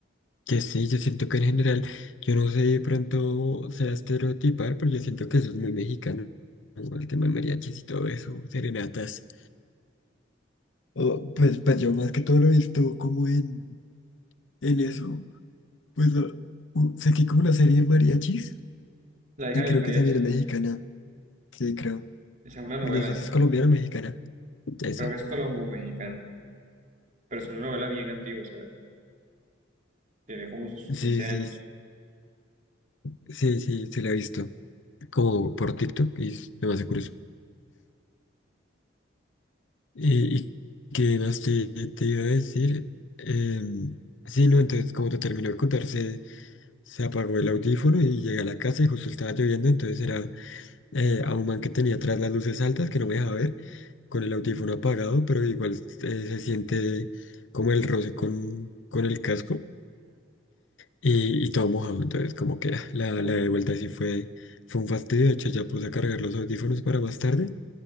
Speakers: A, on the left (about 80°); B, on the right (about 40°).
A: Que sí, yo siento que en general, yo no sé de pronto sea estereotipar, pero yo siento que eso es muy mexicano. ¿no? El tema de mariachis y todo eso, serenatas. Oh, pues, pues yo más que todo lo he visto como en, en eso. Pues lo- u- sé que hay como una serie de mariachis
B: La hija
A: y
B: del
A: creo
B: mariachi
A: que también es mexicana. Sí, creo.
B: es una novela,
A: No sé si
B: ¿no?
A: es colombiana o mexicana. Eso.
B: Creo que es colombo-mexicana, pero es una novela bien antigua, o sea, tiene como sus
A: Sí,
B: 15 años.
A: sí, sí, sí, se la he visto. Como por TikTok y es demasiado curioso. Y, y que no sé, te iba a decir, em, sí, no, entonces como te terminó de contar, se, se apagó el audífono y llegué a la casa y justo estaba lloviendo, entonces era eh, a un man que tenía atrás las luces altas que no me dejaba ver, con el audífono apagado, pero igual eh, se siente como el roce con, con el casco y, y todo mojado, entonces como que ah, la,
B: Uf,
A: la de vuelta sí fue, fue un fastidio, de hecho ya puse a cargar los audífonos para más tarde